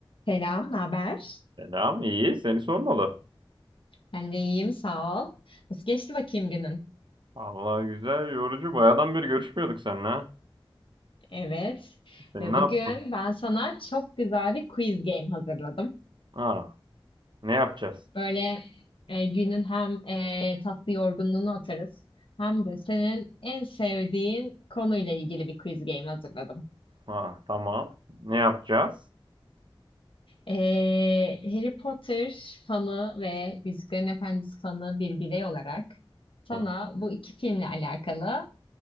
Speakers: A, on the left (about 70°); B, on the right (about 60°).
A: Selam, ne haber?
B: Selam, iyi. Seni sormalı.
A: Ben de iyiyim, sağ ol. Nasıl geçti bakayım günün?
B: Vallahi güzel, yorucu. Bayağıdan beri görüşmüyorduk seninle. ha.
A: Evet.
B: Sen
A: Ve
B: ne
A: bugün
B: yaptın?
A: ben sana çok güzel bir quiz game hazırladım.
B: Ha, ne yapacağız?
A: Böyle e, günün hem e, tatlı yorgunluğunu atarız, hem de senin en sevdiğin konuyla ilgili bir quiz game hazırladım.
B: Ha, tamam. Ne yapacağız?
A: E, Harry Potter fanı ve Yüzüklerin Efendisi fanı bir birey olarak sana
B: Hı.
A: bu iki filmle alakalı